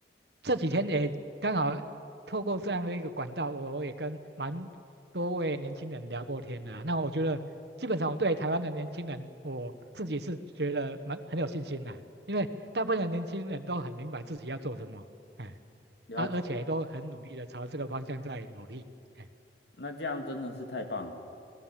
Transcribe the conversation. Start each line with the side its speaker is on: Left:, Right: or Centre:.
Right: 这几天也刚好透过这样的一个管道，我我也跟蛮多位年轻人聊过天的啊那我觉得，基本上我对台湾的年轻人，我自己是觉得蛮很有信心的，因为大部分的年轻人都很明白自己要做什么。哎，
Left: 了解。
Right: 啊，而且都很努力的朝这个方向在努力。哎，
Left: 那这样真的是太棒了。